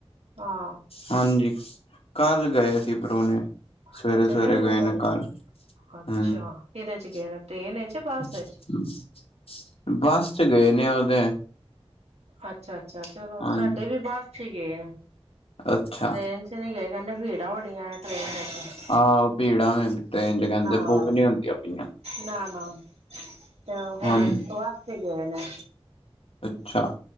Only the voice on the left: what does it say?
ਹਾਂਜੀ ਕੱਲ ਗਏ ਸੀ ਪਰਾਉਣੇ
ਸਵੇਰੇ-ਸਵੇਰੇ
ਗਏ
ਨੇ ਕੱਲ੍ਹ
<inaudible>
ਬੱਸ 'ਚ ਗਏ ਨੇ ਓ ਤੇ
ਹਾਂਜੀ
ਅੱਛਾ
ਆਹੋ ਭੀੜਾਂ ਨੇ। ਟ੍ਰੇਨ ਚ ਕਹਿੰਦੇ
ਬੁੱਕ ਨੀ ਹੁੰਦੀਆਂ ਪਈਆਂ
ਹਾਂਜੀ
ਅੱਛਾ